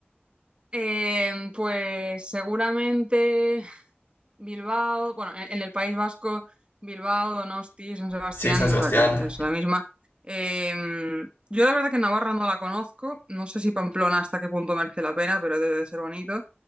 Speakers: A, on the right; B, on the left.
A: Eh, pues seguramente Bilbao, bueno, en en el País Vasco, Bilbao, Donosti, San Sebastián,
B: Sí, San Sebastián.
A: o sea que es la misma. Em, yo la verdad que Navarra no la conozco, no sé si Pamplona hasta qué punto merece la pena, pero debe de ser bonito.